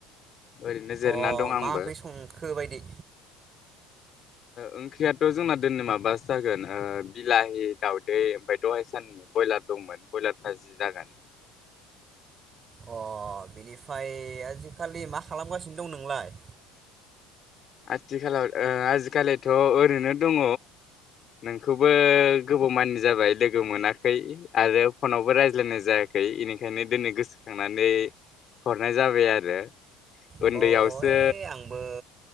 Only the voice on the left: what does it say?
ओरैनो जिरना
दं आंबो
ओंख्रियाथ' जोंना दोनै माबा जागोन बिलाहि दावदै ओमफ्राय दहाय साननि ब्रयलार दंमोन ब्रयलारफ्रा जि जागोन।
आथिखालाव आजिखालिथ' ओरैनो दङ नोंखौबो गोबाव मानि जाबाय लोगो मोनाखै आरो फनावबो रायज्लायनाय जायाखै बेनिखायनो दिोनै गोसोखांनानै हरनाय जाबाय आरो। उन्दयावसो